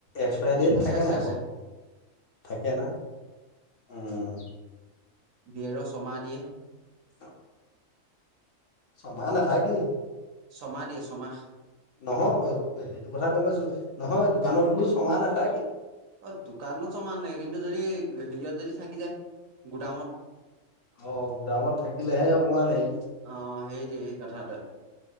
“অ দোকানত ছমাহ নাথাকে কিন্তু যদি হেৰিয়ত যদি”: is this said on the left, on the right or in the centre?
Right